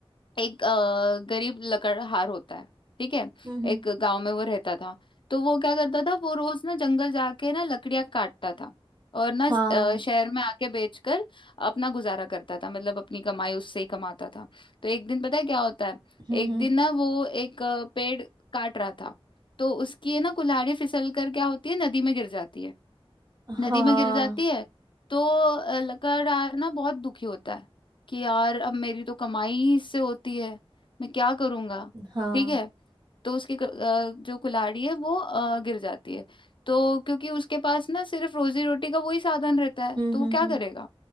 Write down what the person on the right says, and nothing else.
हम्म हम्म, हम्म, हम्म,
हाँ
हम्म
हम्म,
हाँ
हाँ
हम्म
हम्म
हम्म